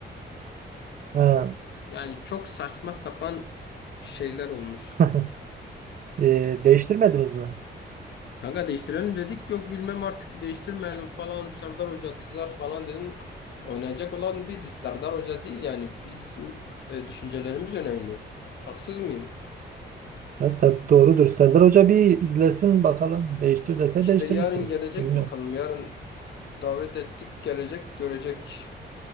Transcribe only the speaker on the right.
Ha,
<laughs> e, değiştirmediniz mi?
Ya Ser- doğrudur. Serdar Hoca bir izlesin bakalım. Değiştir dese
değiştirirsiniz.
Bilmiyorum.